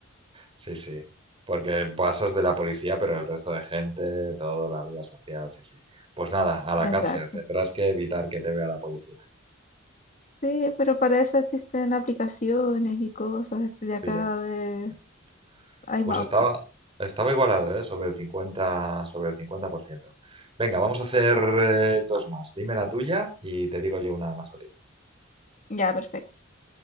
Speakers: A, on the right; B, on the left.
A: sí. sí. Porque pasas de la policía, pero el resto de gente, toda la vida social, sí, sí. Pues nada, a la cárcel.
B: Exacto.
A: Tendrás que evitar que te vea la policía.
B: Sí, pero para eso existen aplicaciones y cosas, este, ya
A: Bien,
B: cada vez
A: bien.
B: hay
A: Pues
B: más
A: estaba,
B: opciones.
A: estaba igualado, ¿eh? Sobre el 50, sobre el 50%. Venga, vamos a hacer eh, dos más. Dime la tuya y te digo yo una más a ti.
B: Ya, perfecto.